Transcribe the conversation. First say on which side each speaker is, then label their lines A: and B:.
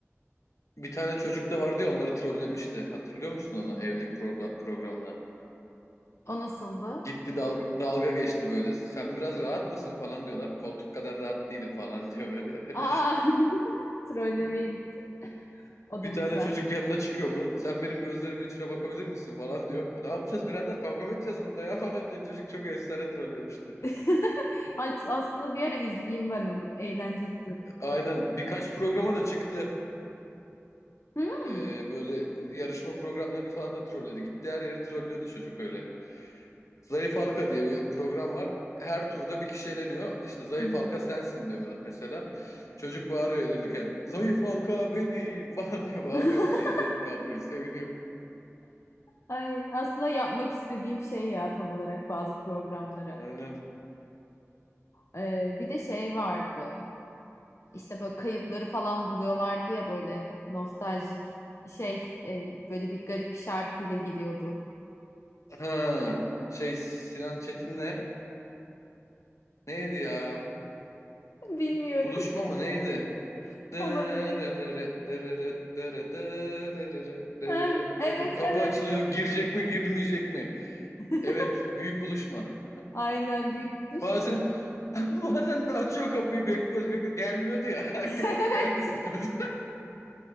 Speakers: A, on the left (about 80°); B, on the left (about 65°).
A: Bir tane çocuk da vardı ya onları trollemişti. Hatırlıyor musun onu evlilik progra- programına?
B: O nasıldı?
A: Gitti dal- dalga geçti böyle. Sen biraz rahat mısın falan diyorlar. Koltuk kadar rahat değilim falan diyor böyle.
B: Aa, <laughs> trollemeye git.
A: <laughs>
B: O da
A: Bir
B: güzel.
A: tane çocuk yanına çıkıyor bunun. Sen benim gözlerimin içine bakabilir misin falan diyor. Ne yapacağız birader? Kavga mı edeceğiz burada ya falan diyor. Çocuk çok efsane trollemişti.
B: <laughs> As- Aslında bir ara izleyeyim ben onu. Eğlenceli duruyor.
A: Aynen. Birkaç programa da çıktı.
B: Hmm.
A: Ee, böyle yarışma programlarını falan da trolledi. Gitti her yeri trollüyordu çocuk öyle. Zayıf Halka diye bir program var. Her turda bir kişi eleniyor. İşte zayıf
B: Hı hı.
A: halka sensin diyor mesela. Çocuk bağırıyor elenirken. Zayıf halka benim <laughs> falan diye bağırıyor
B: <laughs>
A: böyle. Ellerini kaldırıyor, seviniyor.
B: Ay, aslında yapmak istediğim şey ya tam olarak bazı programları.
A: Aynen.
B: Ee, bir de şey vardı. İşte böyle kayıpları falan buluyorlardı ya böyle nostaljik şey e, böyle bir garip bir şarkıyla giriyordu.
A: Ha, şey Sinan Çetin'le neydi ya?
B: Bilmiyorum.
A: Buluşma mı neydi?
B: <laughs>
A: Dırırırı,
B: Olabilir.
A: dırırı, dırı, dırırırı, dırırı,
B: Eh, evet
A: dırı. Kapı
B: evet.
A: açılıyor. Girecek mi, girmeyecek mi?
B: <laughs>
A: Evet, büyük buluşma.
B: Aynen büyük buluş
A: Bazen
B: mu?
A: <laughs> bazen
B: <laughs>
A: de açıyor kapıyı bekliyoruz bekliyoruz. Gelmiyordu ya. <laughs> Gel-
B: Evet.
A: Gelmedi mi diyoruz.